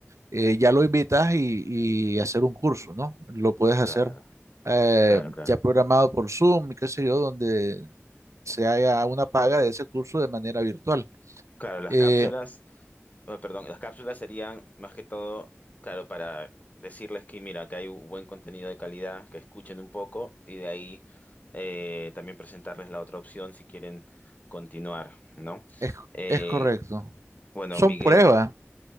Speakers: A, on the right; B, on the left.
A: eh, ya lo invitas y, y hacer un curso, ¿no? Lo puedes
B: claro,
A: hacer eh,
B: claro, claro.
A: ya programado por Zoom y qué sé yo, donde se haga una paga de ese curso de manera virtual.
B: Claro, las
A: Eh,
B: cápsulas. Oh, perdón, las cápsulas serían más que todo, claro, para decirles que mira, que hay un buen contenido de calidad, que escuchen un poco y de ahí eh, también presentarles la otra opción si quieren continuar, ¿no?
A: es,
B: Eh,
A: es correcto.
B: bueno,
A: Son
B: Miguel,
A: pruebas.